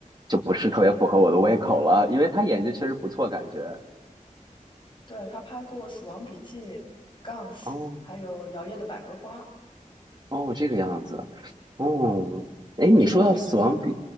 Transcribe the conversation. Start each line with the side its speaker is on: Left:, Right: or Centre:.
Right: 就不是特别符合我的胃口了，因为他演技确实不错，感觉。
Left: 对，她拍过《死亡笔记》、Guns，
Right: 哦，
Left: 还有《摇曳的百合花》
Right: 哦，这个样子，哦，
Left: 啊，
Right: 哎，
Left: 我知道的是这三个，
Right: 你说到《死亡笔》，